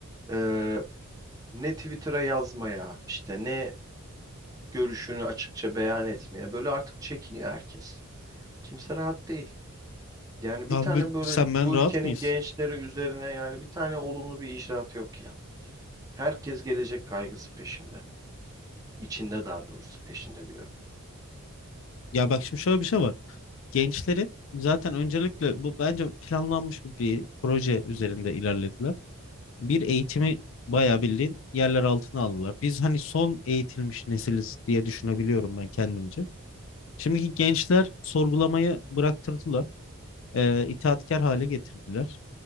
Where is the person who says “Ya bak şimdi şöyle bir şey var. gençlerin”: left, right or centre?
Left